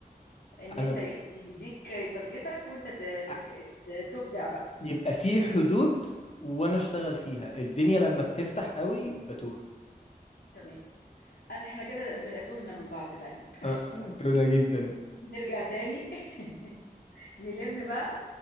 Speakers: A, on the left; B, on the left.
A: ان
B: انا
A: انت
B: ب-
A: يديك تارجتك وانت ت-
B: أ-
A: تك- ت- تبدع بقى
B: يبقى في حدود وانا اشتغل فيها الدنيا لما بتفتح قوي بتوه
A: تمام انا احنا كده تهنا من بعض لعلمك
B: اه
A: <laughs>
B: آه، تونه جدا
A: نرجع تاني <laughs> نلم بقى